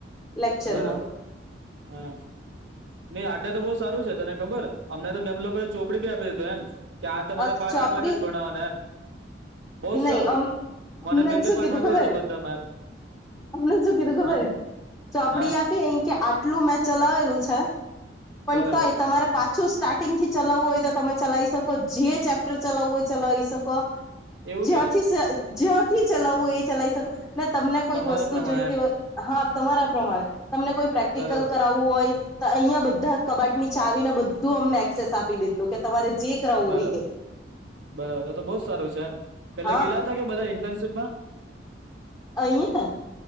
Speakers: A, on the left; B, on the right.
A: લેક્ચરમાં
B: બરાબર હા નઈ આટલે તો બહુ સારું છે, તને ખબર અમને તો મેમ લોકો ચોપડી ભી આપી દીધું એમ કે આ તમારે
A: અ
B: પાઠ
A: ચોપડી
B: આટલા ક જ ભણવાના એમ બહુ જ સારું
A: નહી અમ
B: મને
A: અમને
B: બે બે
A: શું
B: પાઠ
A: કીધું
B: આપી
A: ખબર
B: દીધું બધામાં એમ
A: અમને શું કીધું ખબર.
B: હા
A: ચોપડી
B: હા
A: આપી એ કે આટલું મેં ચલાવેલું છે, પણ
B: બરાબર
A: તોય તમારે પાછું સ્ટાર્ટિંગ થી ચલાવવું હોય તો તમે ચલાવી શકો જે ચેપ્ટર ચલાવવું હોય ચલાવી શકો,
B: એવું
A: જ્યાંથી
B: કે
A: જ્યાંથી ચલાવવું એ ચલાવી શકો, તમને કોઈક
B: તમારા
A: વસ્તુ
B: પ્રમાણે
A: જોઈતી
B: એમ
A: હોય હા તમારા પ્રમાણે તમને કોઈ પ્રેક્ટિકલ
B: બરાબર
A: કરાવવું હોય તો અહીં બધા કબાટ ની ચાવી ને બધું અમને એક્સેસ આપી દીધલું કે તમારે જે હોય
B: બરાબર
A: એ
B: બરાબર તો બઉ સારું છે, એમ પેલા
A: હા
B: ગેલા હતા કે બધા ઇન્ટર્નશીપ માં
A: અહીંંયા